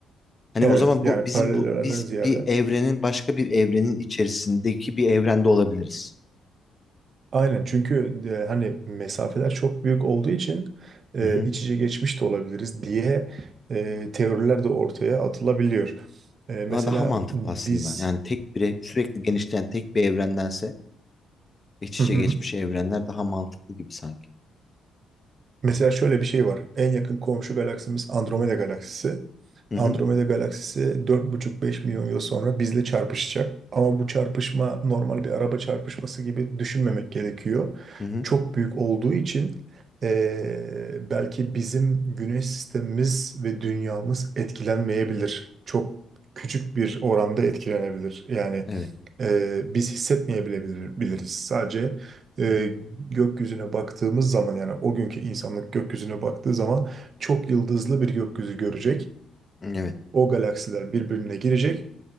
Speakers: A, on the left; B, on the right.
A: Hani
B: Evet,
A: o zaman
B: yani
A: bu bizim
B: paralel
A: bu
B: evrenden
A: biz
B: ziyade.
A: bir evrenin başka bir evrenin içerisindeki bir evrende olabiliriz.
B: Aynen çünkü e, hani mesafeler çok büyük olduğu için e,
A: Hı hı.
B: iç içe geçmiş de olabiliriz diye e, teoriler de ortaya atılabiliyor. E, mesela
A: Ama daha mantıklı
B: biz
A: aslında. Yani tek bir sürekli genişleyen tek bir evrendense iç
B: <laughs>
A: içe geçmiş evrenler daha mantıklı gibi sanki.
B: Mesela şöyle bir şey var. En yakın komşu galaksimiz Andromeda galaksisi.
A: Hı
B: Andromeda
A: hı.
B: galaksisi dört buçuk 5 milyon yıl sonra bizle çarpışacak. Ama bu çarpışma normal bir araba çarpışması gibi düşünmemek gerekiyor.
A: Hı hı.
B: Çok büyük olduğu için eee, belki bizim güneş sistemimiz ve dünyamız etkilenmeyebilir. Çok küçük bir oranda etkilenebilir. Yani
A: Evet.
B: e, biz hissetmeyebilir biliriz. Sadece e,
A: Hı hı.
B: gökyüzüne baktığımız zaman yani o günkü insanlık gökyüzüne baktığı zaman çok yıldızlı bir gökyüzü görecek.
A: Evet.
B: O galaksiler birbirine girecek